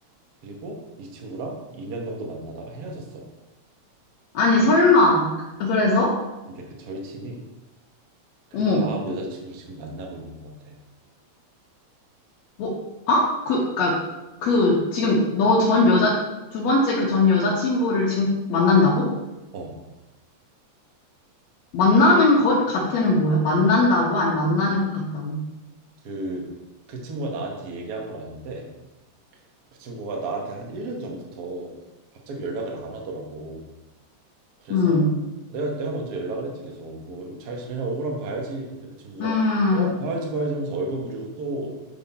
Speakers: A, on the right; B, on the left.
A: 그리고 이 친구랑 2년 정도 만나다가 헤어졌어.
B: 아니, 설마. 그래서?
A: 근데 그 절친이 그
B: 어머,
A: 다음 여자친구를 지금 만나고 있는 것 같아.
B: 뭐, 아? 그, 그니까, 그, 지금 너 전 여자, 두 번째 그 전 여자친구를 지금 만난다고?
A: 어.
B: 만나는 것 같아는 뭐야? 만난다고? 아니, 만나는 것 같다고.
A: 그, 그 친구가 나한테 얘기한 건 아닌데 그 친구가 나한테 한 1년 전부터 갑자기 연락을 안 하더라고. 그래서
B: 음,
A: 내가 내가 먼저 연락을 했지 계속 뭐 잘 지내냐 얼굴 한번 봐야지. 근데 그 친구가
B: 음,
A: 어 봐야지 봐야지 하면서 얼버무리고 또